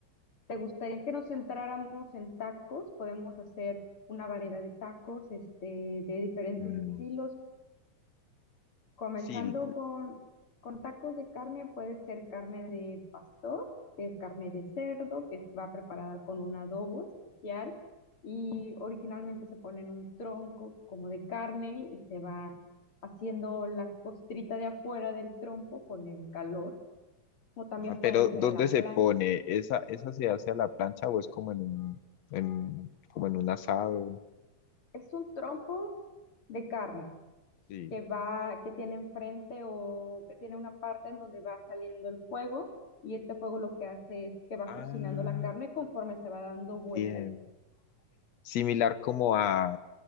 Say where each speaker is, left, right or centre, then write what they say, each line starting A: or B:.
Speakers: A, on the left; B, on the left.
A: ¿te gustaría que nos centráramos en tacos? Podemos hacer una variedad de tacos, este, de diferentes
B: Mm,
A: estilos. Comenzando
B: sí,
A: con, con tacos de carne, puede ser carne de pastor, que es carne de cerdo, que va preparada con un adobo especial y originalmente se pone en un tronco como de carne y se va haciendo la costrita de afuera del trompo con el calor, o también
B: Ah,
A: pueden
B: pero
A: ser
B: ¿dónde
A: a la
B: se
A: plancha.
B: pone? ¿Esa, esa se hace a la plancha o es como en un, en- como en un asado?
A: Es un trompo de carne.
B: Sí.
A: que va, que tiene enfrente o que tiene una parte en donde va saliendo el fuego y este fuego lo que hace es que va
B: Ah,
A: cocinando la carne conforme se va dando vuelta
B: bien.
A: el
B: Similar como a,